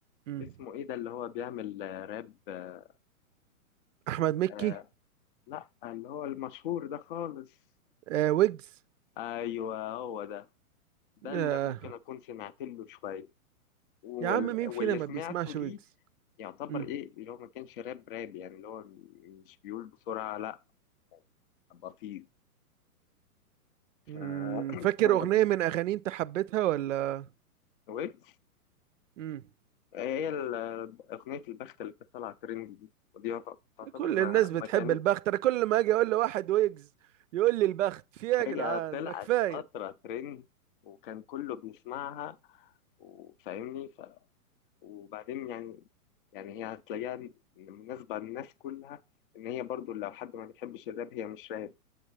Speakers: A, on the right (about 60°); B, on the left (about 40°).
A: مم.
B: اسمه ايه ده اللي هو بيعمل آه، راب آه
A: احمد مكي
B: آه، لا اللي هو المشهور ده خالص
A: آه ويجز
B: ايوه هو ده ده
A: آه
B: اللي ممكن اكون سمعت له شويه وال-
A: يا عم مين
B: واللي
A: فينا ما
B: سمعته
A: بيسمعش
B: ليه
A: ويجز
B: يعتبر
A: مم.
B: ايه اللي هو ما كانش راب راب يعني اللي هو مش بيقول بسرعة لا بطيء ف-
A: مم. فاكر
B: <clears throat> انا
A: اغنيه من اغاني انت حبيتها ولا
B: ويجز
A: مم.
B: هي ال- اغنية البخت اللي كانت طالعة ترند دي ودي يعت- تعتبر
A: كل
B: ما
A: الناس بتحب
B: ما كانت
A: البخت انا كل ما اجي اقول لواحد ويجز يقول لي البخت في ايه يا
B: هي
A: جدعان
B: طلعت
A: ما كفايه
B: فترة ترند وكان كله بيسمعها وفاهمني ف... وبعدين يعني يعني هي هتلاقيها مناسبة للناس كلها ان هي برضو لو حد ما بيحبش الراب هي مش راب